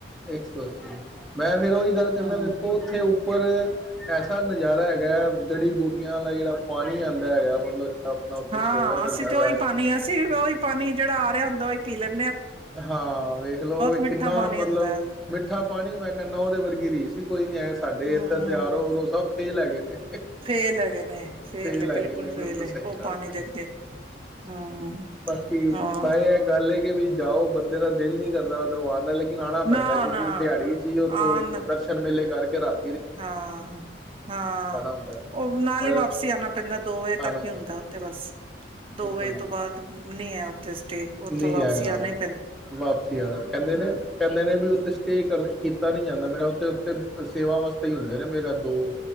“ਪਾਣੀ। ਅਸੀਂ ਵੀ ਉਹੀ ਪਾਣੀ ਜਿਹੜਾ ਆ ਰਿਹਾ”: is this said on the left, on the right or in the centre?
Right